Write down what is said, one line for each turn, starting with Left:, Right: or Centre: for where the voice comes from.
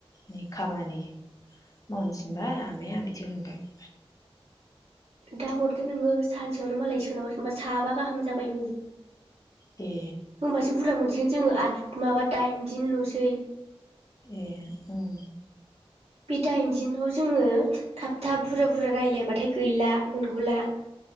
Left: नै खामानि मावनोथिनबाय आमाया बिदि होनबाय।
Right: दा हरदो नोङो सानसेयावनो मालाय सोरनाबा सोरनाबा साबा गाहाम जाबायनो।
Left: ए
Right: होनोमबासो बुरजा मोनसिगोन जोङो आद माबा दाइनदिनल'सै
Left: ए उम
Right: बे दाइनदिनाव जोङो थाब थाब बुरा बुरा रायलायाबाथाय गैला मोनगुला